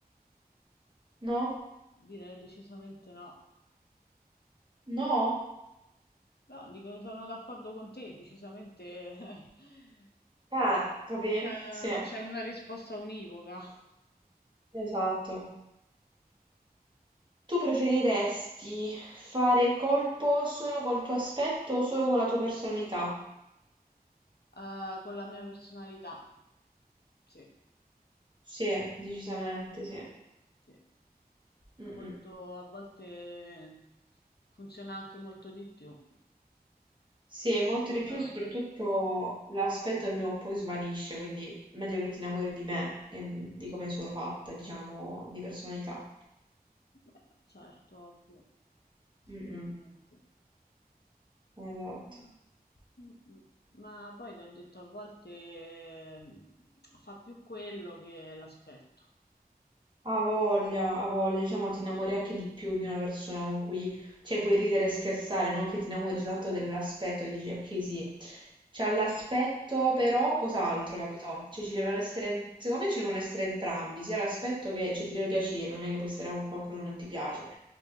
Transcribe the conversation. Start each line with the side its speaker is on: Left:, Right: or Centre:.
Right: No?
Left: direi decisamente no.
Right: No?
Left: No, dico, sono d'accordo con te, decisamente <laughs>
Right: Ah, capì?
Left: c'è
Right: Sì,
Left: c'è una risposta univoca,
Right: esatto. Tu preferiresti fare colpo solo col tuo aspetto o solo con la tua personalità?
Left: eh, con la mia personalità. Sì.
Right: Sì, decisamente, sì.
Left: Sì. È
Right: Mm,
Left: molto,
Right: mm.
Left: a volte funziona anche molto di più.
Right: Sì, è molto
Left: ma non
Right: di più,
Left: da-
Right: e soprattutto l'aspetto prima o poi svanisce, quindi meglio che ti innamori di me e di come sono fatta, diciamo, di personalità.
Left: Beh, certo, ovvio, sicuramente.
Right: Mm, mm, Esatto.
Left: Ma m- ma poi ti ho detto, a volte ehm, fa più quello che l'aspetto,
Right: Ha voglia, ha voglia, diciamo, ti innamori anche di più di una persona con cui, cioè, puoi ridere e scherzare, non che ti innamori soltanto dell'aspetto, e dici, ok, sì, c'ha l'aspetto, però cos'altro, capito? Cioè, ci devono essere, secondo me ci devono essere entrambi, sia l'aspetto che, cioè, ti deve piacere, non è che puoi stare con qualcuno che non ti piace,